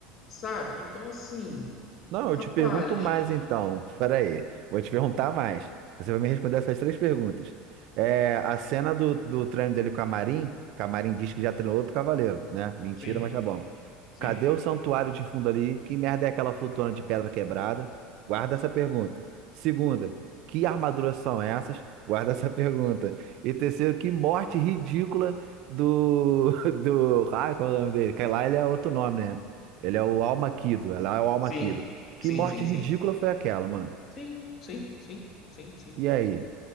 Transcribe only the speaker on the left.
sabe? Então, assim,
rapaz,
sim,
sim,
sim,
sim,
sim, sim,
sim, sim, sim, sim, sim.